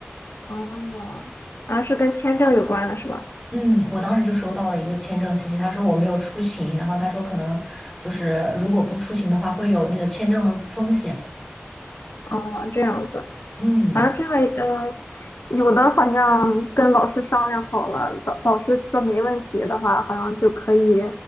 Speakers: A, on the left; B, in the centre.
A: 哦，啊，是跟签证有关的是吧？
B: 嗯，我当时就收到了一个签证信息，他说我没有出勤，然后他说可能就是如果不出勤的话，会有那个签证的风险。
A: 哦，这样子。
B: 嗯，
A: 反正这个呃，有的好像跟老师商量好了，导导师说没问题的话，好像就可以